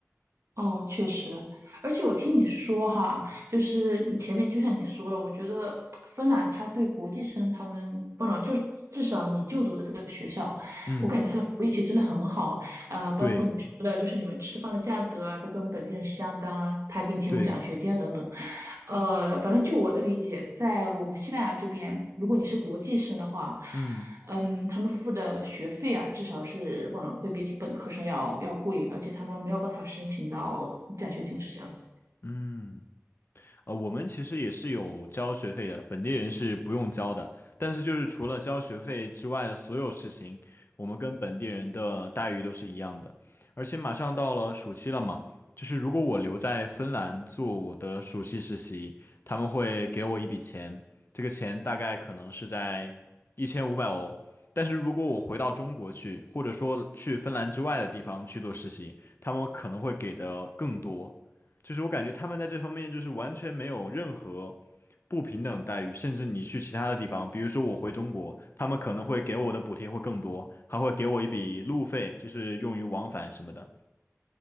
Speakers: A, on the right; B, on the left.
A: 哦，确实，而且我听你说哈，就是你前面就像你说了，我觉得芬兰他对国际生他们，不能就至少你就读的这个学校，
B: 嗯，
A: 我感觉他的福利其实真的很好。呃，包括你说的，
B: 对
A: 就是你们吃饭的价格啊，都跟本地人相当啊，他还给你提供奖学金啊，
B: 对，
A: 等等。呃，反正就我的理解，在我们西班牙这边，如果你是国际生的话，
B: 嗯
A: 嗯，他们付的学费啊，至少是忘了会比本科生要要贵，而且他们没有办法申请到奖学金，是这样子。
B: 嗯。呃，我们其实也是有交学费的，本地人是不用交的。但是就是除了交学费之外的所有事情，我们跟本地人的待遇都是一样的。而且马上到了暑期了嘛，就是如果我留在芬兰做我的暑期实习，他们会给我一笔钱，这个钱大概可能是在一千五百欧。但是如果我回到中国去，或者说去芬兰之外的地方去做实习，他们可能会给的更多。就是我感觉他们在这方面就是完全没有任何不平等待遇，甚至你去其他的地方，比如说我回中国，他们可能会给我的补贴会更多，还会给我一笔路费，就是用于往返什么的。